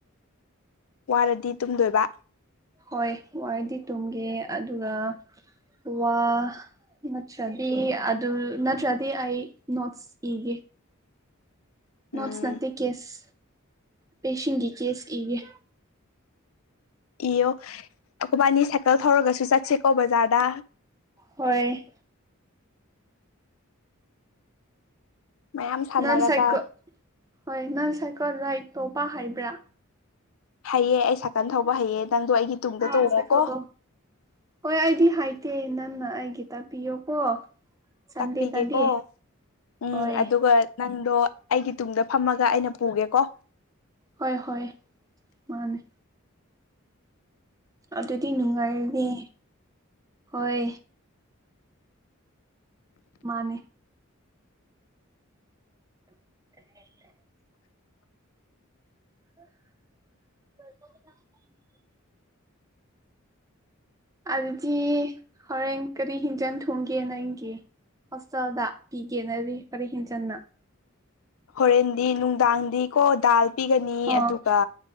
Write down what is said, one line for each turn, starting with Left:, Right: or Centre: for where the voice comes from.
Left: ꯋꯥꯔꯗꯤ ꯇꯨꯝꯗꯣꯏꯕ
Right: ꯍꯣꯏ ꯋꯥꯔꯗꯤ ꯇꯨꯝꯒꯦ ꯑꯗꯨꯒ ꯋꯥ ꯅꯠꯇ꯭ꯔꯗꯤ ꯑꯗꯨ ꯅꯠꯇ꯭ꯔꯗꯤ ꯑꯩ ꯅꯣꯠꯁ ꯏꯒꯦ ꯅꯣꯠꯁ
Left: ꯎꯝ
Right: ꯅꯠꯇꯦ ꯀꯦꯁ ꯄꯦꯁꯦꯟꯒꯤ ꯀꯦꯁ ꯏꯒꯦ
Left: ꯏꯌꯣ ꯑꯩꯈꯣꯏꯕꯥꯅꯤ ꯁꯥꯏꯀꯜ ꯊꯧꯔꯒꯁꯨ ꯆꯠꯁꯤꯀꯣ ꯕꯖꯥꯔꯗ
Right: ꯍꯣꯏ
Left: ꯃꯌꯥꯝ ꯁꯥꯟꯅꯔꯒ
Right: ꯅꯪ ꯁꯥꯏꯀꯜ ꯍꯣꯏ ꯅꯪ ꯁꯥꯏꯀꯜ ꯔꯥꯏꯠ ꯇꯧꯕ ꯍꯩꯕ꯭ꯔ
Left: ꯍꯩꯌꯦ ꯑꯩ ꯁꯥꯏꯀꯜ ꯊꯧꯕ ꯍꯩꯌꯦ ꯅꯪꯗꯣ ꯑꯩꯒꯤ ꯇꯨꯡꯗ
Right: <unintelligible>
Left: ꯇꯣꯡꯉꯣꯀꯣ
Right: ꯍꯣꯏ ꯑꯩꯗꯤ ꯍꯥꯏꯇꯦ ꯅꯪꯅ ꯑꯩꯒꯤ ꯇꯥꯛꯄꯤꯌꯣꯀꯣ ꯁꯟꯗꯦꯗꯗꯤ
Left: ꯇꯥꯛꯄꯤꯒꯦꯀꯣ ꯎꯝ
Right: ꯍꯣꯏ
Left: ꯑꯗꯨꯒ ꯅꯪꯗꯣ ꯑꯩꯒꯤ ꯇꯨꯡꯗ ꯐꯝꯃꯒ ꯑꯩꯅ ꯄꯨꯒꯦꯀꯣ
Right: ꯍꯣꯏ ꯍꯣꯏ ꯃꯥꯅꯤ ꯑꯗꯨꯗꯤ ꯅꯨꯡꯉꯥꯏꯔꯅꯤ ꯍꯣꯏ ꯃꯥꯅꯤ <unintelligible> l <inaudible> ꯑꯗꯨꯗꯤ ꯍꯣꯔꯦꯟ ꯀꯔꯤ ꯍꯦꯟꯖꯟ ꯊꯣꯡꯒꯦ ꯅꯪꯒꯤ ꯍꯣꯁꯇꯦꯜꯗ ꯄꯤꯒꯦ ꯅꯔꯤ ꯀꯔꯤ ꯍꯤꯡꯖꯥꯡꯅꯣ
Left: ꯍꯣꯔꯦꯟꯗꯤ ꯅꯨꯡꯗꯥꯡꯗꯤ ꯀꯣ ꯗꯥꯜ ꯄꯤꯒꯅꯤ
Right: ꯑꯣ
Left: ꯑꯗꯨꯒ